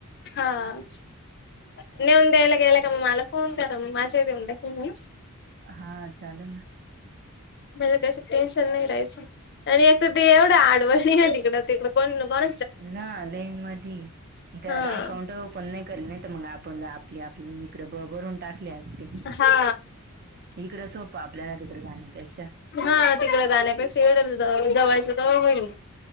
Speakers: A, on the left (about 50°); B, on the right (about 45°).
A: हा नेऊन द्यायला गेला का मग मला फोन करा मग माझेही देऊन टाकीन मी हा
B: हा चालल ना
A: म्हणजे कशी टेन्शन नाही राहायचं आणि एक तर ते एवढं आडवळणी <inaudible> आहे तिकडं तिकडं कोण- कोण
B: ना लाईन मधी डायरेक्ट
A: हा
B: अकाउंट ओपन नाही करल नाही तर मग आपण आपली -आपण इकडं भ -भरून टाकले असते <inaudible>
A: हा
B: इकडं सोपं आपल्याला तिकडं जाण्यापेक्षा
A: हा तिकडं जाण्यापेक्षा <inaudible> इकडं जवळच्या जवळ होईल